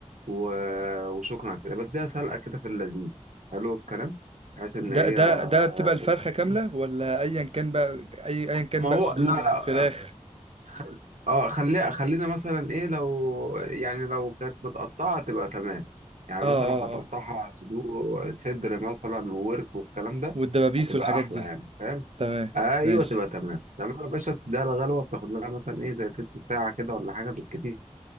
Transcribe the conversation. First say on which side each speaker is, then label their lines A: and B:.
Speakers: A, on the right; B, on the right.
A: و- وشكرا على كده بديها سلقة كده في اللذيذ حلو الكلام بحيث إن
B: ده
A: هي
B: ده ده بتبقى الفرخه
A: تتوصل
B: كامله ولا ايا كان بقى اي ايا كان
A: ما
B: بقى
A: هو
B: صدور
A: لا لا
B: فراخ
A: خل... اه خلي... خلينا مثلا ايه لو يعني لو كانت متقطعة تبقى تمام يعني
B: اه
A: مثلا
B: اه
A: لو هتقطعها
B: اه
A: صدور صدر مثلا وورك والكلام ده
B: والدبابيس
A: هتبقى
B: والحاجات
A: احلى
B: دي
A: يعني فاهم
B: تمام
A: ايوه
B: ماشي
A: تبقى تمام تمام يا باشا تديها الغلوه بتاخد لها مثلا ايه زي تلت ساعه كده ولا حاجه بالكتير